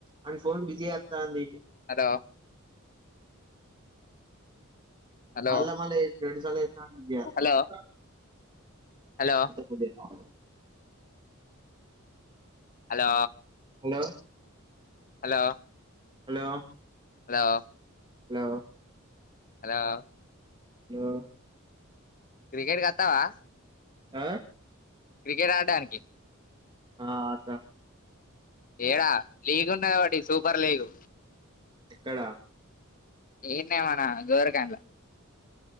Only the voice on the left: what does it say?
hello hello
hello hello
hello
hello
hello
hello
cricket గత్తావా
క్రికెట్ ఆడడానికి
యేడా లీగ్ ఉన్నది ఒకటి సూపర్ లీగ్
ఇడన్నే మన గోరకాంలో